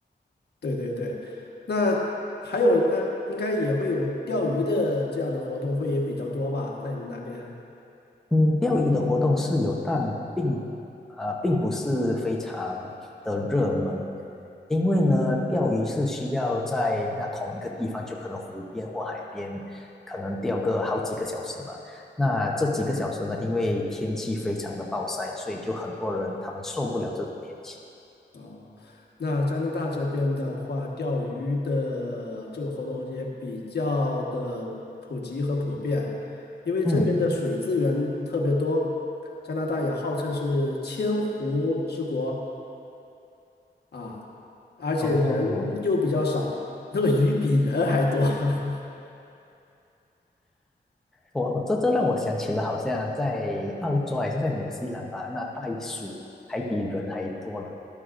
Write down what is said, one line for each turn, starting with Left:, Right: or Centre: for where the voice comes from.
Left: 对对对，那还有那应该也会有钓鱼的这样的活动，会也比较多吧，在你们那边？
Centre: 嗯，钓鱼的活动是有，但并呃并不是非常的热门，因为呢，钓鱼是需要在那同一个地方，就可能湖边或海边，可能钓个好几个小时嘛。那这几个小时呢，因为天气非常的暴晒，所以就很多人他们受不了这种天气。
Left: 哦，那加拿大这边的话，钓鱼的这个活动也比较的普及和普遍，因为这边的水资源特别多，
Centre: 嗯，
Left: 加拿大也号称是千湖之国啊，而且人又比较少，
Centre: 哦，
Left: 那个鱼比人还多。<laughs>
Centre: 我这这让我想起了，好像在澳洲还是在纽西兰吧，那袋鼠还比人还多呢。